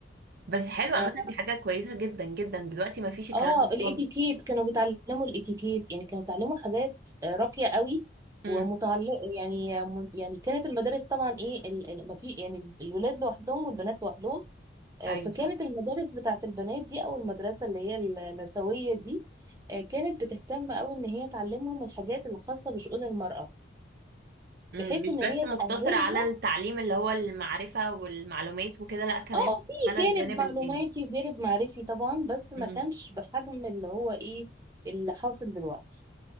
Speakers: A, on the right (about 55°); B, on the right (about 20°).
A: بس حلو عامة
B: آه،
A: دي حاجة كويسة جدا جدا دلوقتي ما فيش الكلام
B: اه
A: ده
B: الاتيكيت
A: خالص
B: كانوا بيتعلموا الاتيكيت يعني كانوا بيتعلموا حاجات آه، راقية قوي
A: امم
B: ومتعلقة يعني م- يعني كانت المدارس طبعا ايه ال- ال- ما في يعني الولاد لوحدهم والبنات لوحدهم آه،
A: ايوه
B: فكانت
A: صح
B: المدارس بتاعت البنات دي او المدرسة اللي هي النسوية دي آه، كانت بتهتم قوي ان هي تعلمهم الحاجات الخاصة بشؤون المرأة
A: مم،
B: بحيث
A: مش
B: ان هي
A: بس مقتصر
B: تأهلها
A: على التعليم اللي هو المعرفة والمعلومات وكده لا كمان
B: اه في
A: على
B: جانب
A: الجانب
B: معلوماتي
A: التاني
B: وجانب معرفي طبعا بس ما
A: مم.
B: كانش بحجم اللي هو ايه اللي حاصل دلوقتي